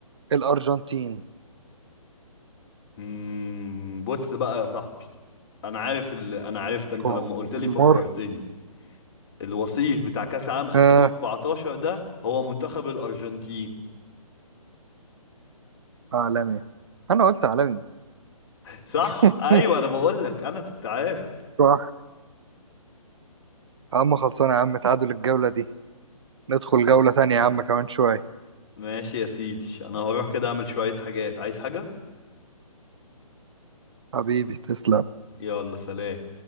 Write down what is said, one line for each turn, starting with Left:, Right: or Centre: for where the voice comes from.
Right: الأرجنتين
Left: مم. بص بقى يا صاحبي انا عارف ال... انا عرفت انت
Right: جمهور
Left: لما قلت لي فكرتني الوصيف بتاع كاس عام 2014
Right: آه
Left: ده هو منتخب الارجنتين
Right: عالمي أنا قلت عالمي
Left: <laughs> صح
Right: <laughs>
Left: ايوه انا بقول لك انا كنت عارف
Right: صح يا عم خلصانة يا عم تعادل الجولة دي ندخل جولة تانية يا عم كمان شوية
Left: ماشي يا سيدي انا هروح كده اعمل شوية حاجات عايز حاجة
Right: حبيبي تسلم
Left: يلا سلام